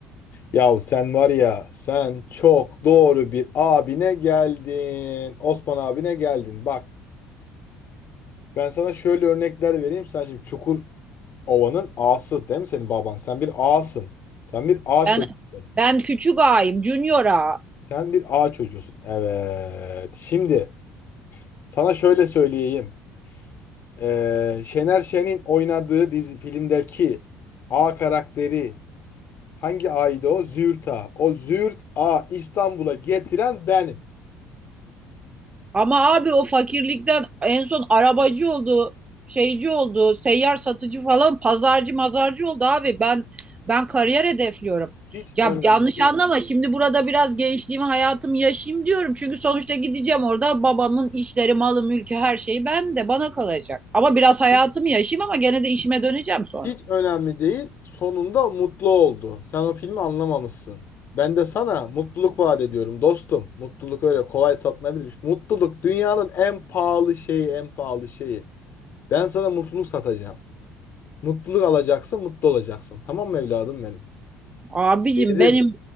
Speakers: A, on the left; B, on the right.
A: Yahu sen var ya sen çok doğru bir abine geldin. Osman abine geldin. Bak ben sana şöyle örnekler vereyim. Sen şimdi Çukurova'nın ağasız değil mi senin baban? Sen bir ağasın. Sen bir ağ
B: Ben
A: çocuğusun.
B: ben küçük ağayım, junior ağa.
A: Sen bir ağ çocuğusun. Evet. Şimdi sana şöyle söyleyeyim. Ee, Şener Şen'in oynadığı dizi filmdeki A karakteri hangi A'ydı o? Züğürt A. O Züğürt A İstanbul'a getiren benim.
B: Ama abi o fakirlikten en son arabacı oldu, şeyci oldu, seyyar satıcı falan, pazarcı mazarcı oldu abi. Ben ben kariyer hedefliyorum.
A: Hiç
B: Ya
A: önemli
B: yanlış
A: değil.
B: anlama şimdi burada biraz gençliğimi hayatımı yaşayayım diyorum. Çünkü sonuçta gideceğim orada babamın işleri, malı, mülkü her şeyi ben de bana kalacak. Ama
A: Hiç,
B: biraz hayatımı yaşayayım ama gene de işime döneceğim sonra.
A: hiç önemli değil. Sonunda mutlu oldu. Sen o filmi anlamamışsın. Ben de sana mutluluk vaat ediyorum dostum. Mutluluk öyle kolay satılabilir. Mutluluk dünyanın en pahalı şeyi, en pahalı şeyi. Ben sana mutluluk satacağım. Mutluluk alacaksın, mutlu olacaksın. Tamam mı evladım benim?
B: Abicim
A: Yerim.
B: benim